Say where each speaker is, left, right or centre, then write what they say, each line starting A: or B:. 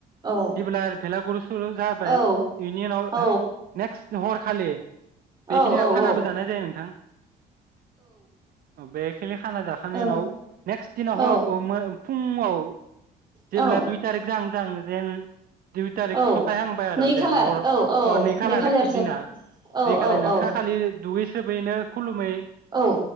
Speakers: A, on the right (about 25°); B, on the right (about 60°).
A: औ
B: जेबोलार भेलागुरु ओ जाबाय
A: औ
B: इनि उनाव ओ
A: औ
B: नेकस्ट नोहर खालि बेखिनिया
A: औ औ
B: खानाबो जानाय जायो नोंथां। अ बेख <unintelligible> खाना जाखांनाय
A: औ
B: उनाव नेक्स्ट दिनाव
A: औ
B: ह ओ मो फुङाव जेब्ला
A: औ
B: दुइ तारिग जाहां जाहां रेन दुइ थारिख
A: औ
B: सफायहांबाय आरो
A: नै
B: जेन
A: खालार
B: हर अ
A: औ औ
B: नै खालारखि
A: खालार जों
B: दिना।
A: औ
B: जि खालि
A: औ
B: नोंखा
A: औ
B: खालि दुगै सोर बेैनो खुलुमै
A: औ